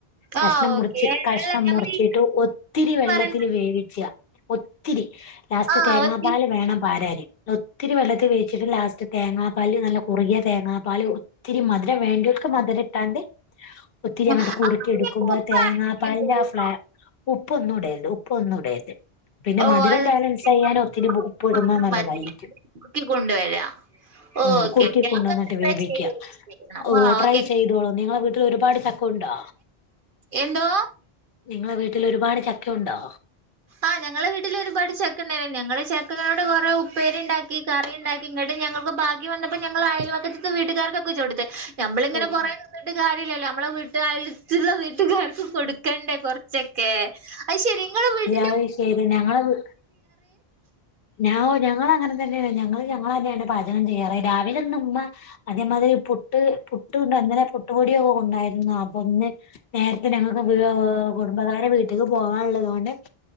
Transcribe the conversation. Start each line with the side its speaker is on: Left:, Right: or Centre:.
Left: കഷ്ണം
Right: ആ
Left: മുറിച്ച്
Right: ഓക്കെ.
Left: കഷ്ണം
Right: അല്ല നമ്മളീ
Left: മുറിച്ചിട്ട് ഒത്തിരി വെള്ളത്തിൽ
Right: പറയണ
Left: വേവിച്ച ഒത്തിരി ലാസ്റ്റ്
Right: ആ
Left: തേങ്ങാപ്പാല്
Right: ഒരു
Left: വേണംപാരാന് ത്തിരിവെള്ളത്തിൽ വേിച്ചിട്ട് ലാസ്റ്റ് തേങ്ങാപാല് നല്ല കുറുകിയതേങ്ങാപാല് ഒ ത്തിരിമധുരം വേണ്ടിയോൽക്ക് മധുരട്ടാണ്ട് ഒത്തിരിഅങ്ങട്ട്
Right: ആ
Left: കുറക്കിയെടു
Right: അതിനൊക്കെ
Left: ക്കുമ്പോൾതേങ്ങാപാലിന്റെ
Right: ഉപ്പ് ആഡ് ചെയ്യേണ്ടി വരുമോ?
Left: ആ ഫ്ലേ ഉപ്പൊന്നുംടരുത് ഉപ്പൊന്നുംടരുത് പിന്നെമധുരം
Right: ഓ അത്
Left: ബാലൻസ്സെയാൻ ഒത്തിരിഉപ്പ്ഇടുന്നെ
Right: മാത്രം മാത്രം
Left: നല്ലതായിരിക്കും
Right: മതി നോക്കി കൊണ്ടുവരാം
Left: മം
Right: ഓക്കെ
Left: കുറുക്കി
Right: ഓക്കെ
Left: കൊണ്ടുവന്നിട്ട്
Right: അതൊന്ന് ട്രൈ
Left: വേവിക്യ
Right: ചെയ്ത്
Left: ട
Right: നോക്കണം.
Left: ഓ
Right: ആ
Left: ട്രൈ
Right: ഓക്കെ
Left: ചെയ്തോളൂ നിങ്ങളെവീട്ടിൽ ഒരുപാട് ചക്ക ഉണ്ടോ
Right: എന്തോ
Left: നിങ്ങളെ വീട്ടിൽ ഒരുപാട് ചക്കയുണ്ടോ
Right: ആ ഞങ്ങളെ വീട്ടിൽ ഒരുപാട് ചെക്കണ്ടയ്നി ഞങ്ങൾ ചക്ക കുറേ ഉപ്പേരിണ്ടാക്കി കറിണ്ടാക്കി ഇങ്ങട്ട് ഞങ്ങക്ക് ബാക്കി വന്നപ്പോ ഞങ്ങൾ അയൽവക്ക്ത്ത്ത്തെ വീട്ടുകാർക്കൊ <unintelligible> നമ്മളിങ്ങനെ
Left: ഓ
Right: കൊറേ തിന്നിട്ട് <unintelligible> മ്മളെ വീട്ടുകാർ അടുത്തുള്ള വീട്ടുകാർക്കും കൊടുക്കണ്ടേ കുറച്ചൊക്കെ അയ്ശരി നിങ്ങളെ വീട്
Left: അയ്ശരി ഞങ്ങളെ വീ ഞവൊ ഞങ്ങളുംങ്ങനെതന്നെയാണ് ഞങ്ങളുംഞങ്ങൾന്നെണ് പാചകംചെയ്യാറ് രാവിലെന്ന്ഉമ്മ അതേമാതിരി പുട്ട് പുട്ടുണ്ട്ങ്ങനെ <unintelligible> പുട്ടപൊടിയൊക്കെണ്ടായിരുന്ന അപ്പൊന്ന് നേരത്തെഞങ്ങൾക്ക് <unintelligible> ഒ കുടുംബക്കാരെ വീട്ടിക്ക് പോകാള്ളതൊണ്ട് വോമം